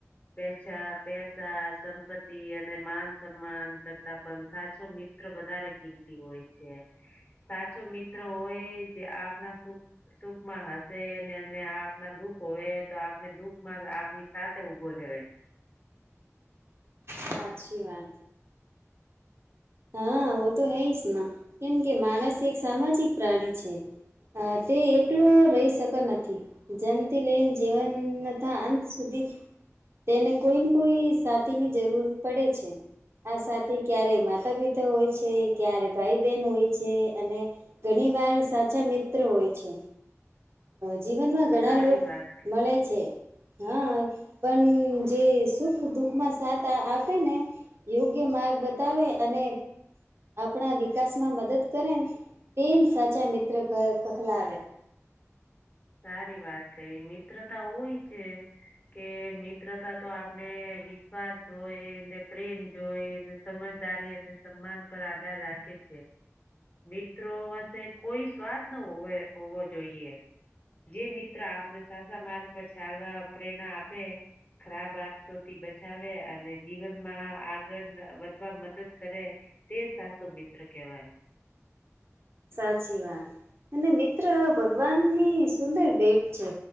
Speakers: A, on the left; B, on the right.
A: પેચાન પૈસા સંપત્તિ અને માન સન્માન કરતા પણ, સાચો મિત્ર વધારે કિંમતી હોય છે. સાચો મિત્ર હોય જે આપણા સુખ, સુખમાં હશે ને અને આપના દુઃખ હોવે તો આપને દુઃખમાં આપની સાથે ઉભો રહે.
B: સાચી વાત હા ઓ તો હૈ જ કેમ કે માણસ એક સામાજિક પ્રાણી છે. તે એકલો રહી શકતો નથી. જન્મથી લઈને જીવન તથા અંત સુધી તેને કોઈને કોઈ સાથીની જરૂર પડે છે. આ સાથી ક્યારેય માત્રા, માતા પિતા હોય છે. ક્યારે ભાઈ બહેન હોય છે. અને. ઘણી વાર સાચા મિત્ર હોય છે. જીવનમાં ઘણા
A: સારી
B: લોકો
A: વાત કહી
B: મળે છે. હા પણ જે સુખ દુઃખમાં સાથ આપે નેં યોગ્ય માર્ગ બતાવે અને આપણા વિકાસમાં મદદ કરે તે સાચા મિત્ર કહેવાશે
A: સારી વાત કઈ મિત્રતા હોય છે. કે મિત્રતા તો આપણે વિશ્વાસ જોઈ ને પ્રેમ જોય સમજદારી અને સન્માન પર આધાર રાખે છે મિત્રો વસે કોઈ સ્વાદ ન હો હોવો જોઈએ જે મિત્ર આપને સાસા માર્ગ પર ચાલવા પ્રેરણા આપે ખરાબ આતોથી બચાવે અને જીવનમાં આગળ વધવા મદદ કરે તે જ સાસો મિત્ર કેવાય
B: સાચી વાત અને મિત્ર ભગવાન ની સુંદર ભેટ છે